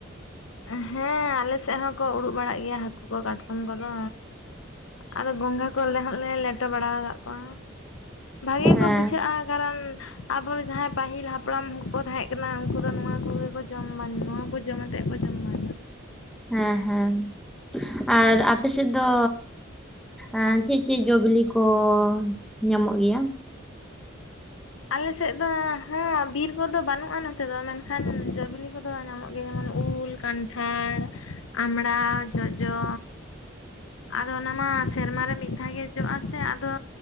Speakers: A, on the left (about 85°); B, in the centre.
A: ᱦᱮᱸ ᱟᱞᱮ ᱥᱮᱫ ᱦᱚᱸᱠᱚ ᱩᱰᱩᱠ ᱵᱟᱲᱟᱜ ᱜᱮᱭᱟ ᱦᱟᱹᱠᱩ ᱠᱚ ᱠᱟᱴᱠᱚᱢ ᱠᱚᱫᱚ ᱟᱫᱚ ᱜᱚᱸᱜᱷᱟ ᱠᱚ ᱟᱞᱮ ᱦᱚᱸᱞᱮ ᱞᱮᱴᱚ ᱵᱟᱲᱟ ᱟᱠᱟᱫ ᱠᱚᱣᱟ᱾ ᱵᱷᱟᱜᱮ
B: ᱦᱮᱸ
A: ᱠᱚ ᱵᱩᱡᱷᱟᱹᱜᱼᱟ, ᱠᱟᱨᱚᱱ ᱟᱵᱚᱨᱮᱱ ᱡᱟᱦᱟᱸᱭ ᱯᱟᱹᱦᱤᱞ ᱦᱟᱯᱲᱟᱢ ᱠᱚᱠᱚ ᱛᱟᱦᱮᱸ ᱠᱟᱱᱟ᱾ ᱩᱱᱠᱩ ᱫᱚ ᱱᱚᱣᱟ ᱠᱚᱜᱮ ᱠᱚ ᱡᱚᱢ ᱵᱟᱝ ᱱᱚᱣᱟ ᱠᱚ ᱡᱚᱢ ᱟᱛᱮᱫ ᱦᱚᱭ ᱛᱚᱵᱮ ᱢᱟ ᱾
B: ᱦᱮᱸ ᱦᱮᱸ ᱟᱨ ᱟᱯᱮ ᱥᱮᱫ ᱫᱚ ᱮᱸᱜ ᱪᱮᱫ ᱪᱮᱫ ᱡᱚ ᱵᱤᱞᱤ ᱠᱚ ᱧᱟᱢᱚᱜ ᱜᱮᱭᱟ
A: ᱟᱞᱮ ᱥᱮᱫ ᱫᱚ ᱦᱮᱸ ᱵᱤᱨ ᱠᱚᱫᱚ ᱵᱟᱹᱱᱩᱜᱼᱟ ᱱᱚᱛᱮ ᱫᱚ ᱢᱮᱱᱠᱷᱟᱱ ᱡᱚ-ᱵᱤᱞᱤ ᱠᱚᱫᱚ ᱧᱟᱢᱚᱜ ᱜᱮᱭᱟ, ᱡᱮᱢᱚᱱ ᱩᱞ ᱠᱟᱱᱴᱷᱟᱲ, ᱟᱢᱲᱟ, ᱡᱚᱡᱚ ᱟᱫᱚ ᱚᱱᱟ ᱢᱟ ᱥᱮᱨᱢᱟᱟᱨ ᱨᱮ ᱢᱤᱫ ᱫᱷᱟᱣ ᱜᱮ ᱡᱚᱜ-ᱟ ᱥᱮ ᱟᱫᱚ᱾